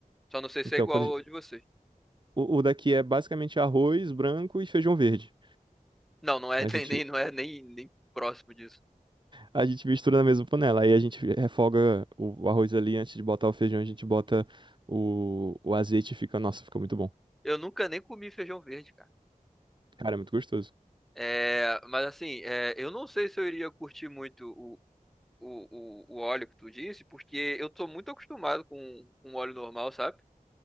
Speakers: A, in the centre; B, on the right.
A: só não sei se
B: Então,
A: é igual
B: quando a gente-
A: ao de vocês.
B: o, o daqui é basicamente arroz branco e feijão verde.
A: Não, não é
B: A
A: <laughs>
B: gente
A: nem, nem- não é nem, nem próximo disso.
B: A gente mistura na mesma panela. Aí a gente refoga o o arroz ali antes de botar o feijão, a gente bota o, o azeite e fica, nossa, fica muito bom.
A: Eu nunca nem comi feijão verde, cara.
B: Cara, é muito gostoso.
A: É, mas assim, é, eu não sei se eu iria curtir muito o, o, o, o óleo que tu disse, porque eu tô muito acostumado com, com óleo normal, sabe?